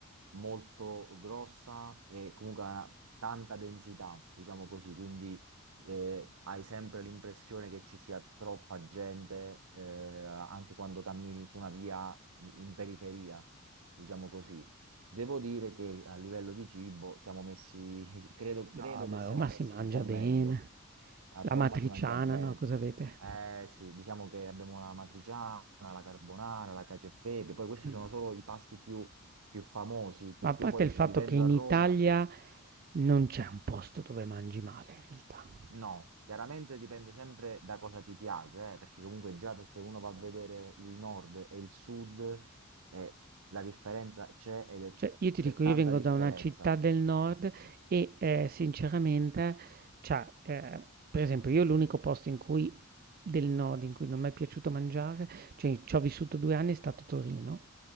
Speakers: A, on the right (about 70°); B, on the right (about 40°).
A: molto grossa e comunque ha tanta densità, diciamo così, quindi eh, hai sempre l'impressione che ci sia troppa gente, eh, anche quando cammini su una via in periferia, diciamo così. Devo dire che a livello di cibo siamo messi, <laughs> credo, credo
B: no, ma
A: che siamo
B: a Roma
A: messi
B: si mangia
A: un po' meglio.
B: bene.
A: A
B: L'amatriciana,
A: Roma si mangia bene.
B: no, cosa avete?
A: Eh sì, diciamo che abbiamo la matriciana, la carbonara, la cacio e pepe, poi questi
B: Mh.
A: sono solo i pasti più, più famosi, perché
B: Ma a parte
A: io poi
B: il fatto
A: vivendo
B: che in
A: a Roma
B: Italia non c'è un posto dove mangi male in realtà.
A: No, chiaramente dipende sempre da cosa ti piace, eh, perché comunque già da- se uno va a vedere il nord e il sud, eh, la differenza c'è ed è-
B: Cioè io ti
A: c'è
B: dico,
A: tanta
B: io vengo
A: differenza.
B: da una città del nord e, ehm, sinceramente cioè, ehm, per esempio io l'unico posto in cui del nord in cui non m'è piaciuto mangiare, cioè c'ho vissuto 2 anni, è stato Torino